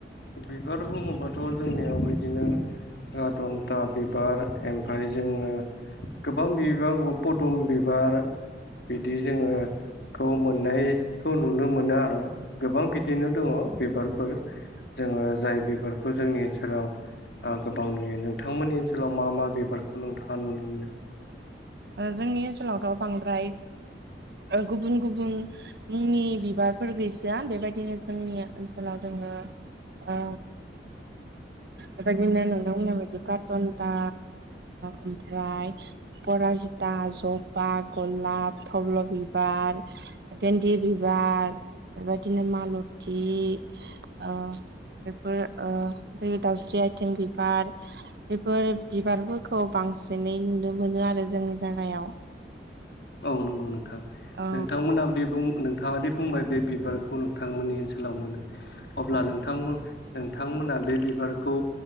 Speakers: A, on the left; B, on the right.
A: बिबार बुङोबाथ' जोंनियाव बिदिनो आ <unintelligible> थन्था बिबार ओमफ्राय जोङो गोबां बिबार पदुम बिबार बिदि जोङो खौ मोननायखौ नुनो मोनो आरो गोबां बिदिनो दङ बिबारफोर जोङो जाय बिबारखौ जोंनि ओनसोलाव गोबां नुयो नोंथांमोननि ओनसोलाव मा मा बिबारखौ नोंथाङा नुनो मोनो
B: जोंनि ओनसोलावथ बांद्राय गुबुन गुबुन मुंनि बिबारफोर गैसआ बेबायदिनो जोंनि ओनसोलाव दोङो औ बेबायदिनो नोंथांमोना बिदि कासन्दा ओमफ्राय राजजिता जबा गलाप थब्ल बिबार गेन्दि बिबार बेबायदिनो मालथि बेफोर बे दाउस्रि आइथिं बिबार बेफोर बिबारफोरखौ बांसिनै नुनो मोनो आरो जोंनि जायगायाव
A: औ नंगौ नोंथां
B: औ
A: नोंथांमोना बुंदों नोंथाङादि बुंबाय बे बिबारखौ नोंथांमोननि ओनसोलाव मोनो अब्ला नोंथांमोन बिथांमोना बे बिबारखौ